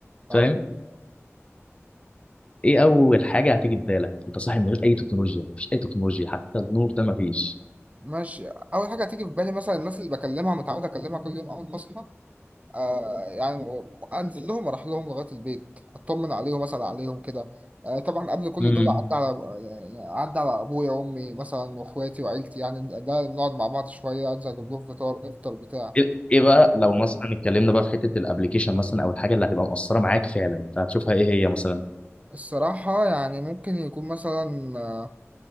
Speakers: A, on the right (about 30°); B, on the left (about 25°).
A: اه
B: فاهم ايه اول حاجه هتيجي في بالك انت صاحي من غير اي تكنولوجيا مفيش اي تكنولوجيا حتى النور ده مفيش
A: ماشي اول حاجه هتيجي في بالي مثلا الناس اللي بكلمها متعود اكلمها كل يوم اول ما اصحى آه يعني انزل لهم اروح لهم لغايه البيت اطمن عليهم مثلا عليهم كده آه طبعا قبل كل
B: امم
A: دول عدى على يعني عدى على ابويا وامي مثلا واخواتي وعيلتي يعني ده نقعد مع بعض شويه انزل اجيب لهم فطار نفطر بتاع
B: ايه إيه بقى لو مثلا اتكلمنا بقى في حته الابليكيشن مثلا او الحاجه اللي هتبقى مؤثره معاك فعلا فهتشوفها ايه هي مثلا
A: الصراحه يعني ممكن يكون مثلا آه،